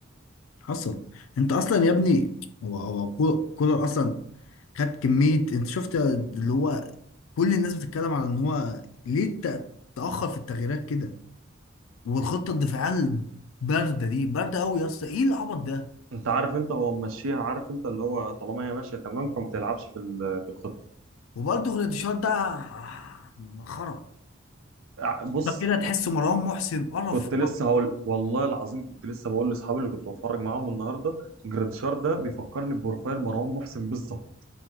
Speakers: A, on the left; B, on the right.
A: حصل انت اصلا يا ابني هو هو كولر كولر اصلا خد كميه انت شفت اللي هو كل الناس بتتكلم على ان هو ليه تأ- تاخر في التغييرات كده والخطه الدفاعيه البارده دي بارده قوي يا اسطى ايه العبط ده
B: انت عارف انت هو ممشيها عارف انت اللي هو طالما هي ماشيه تمام فما تلعبش في ال- في الخطه
A: وبرده غريتشار ده مسخره
B: ع- بص
A: كده تحس مروان محسن قرف
B: كنت لسه هقول والله العظيم كنت لسه بقول لاصحابي اللي كنت بتفرج معاهم النهارده جراديشار ده بيفكرني ببروفايل مروان محسن بالظبط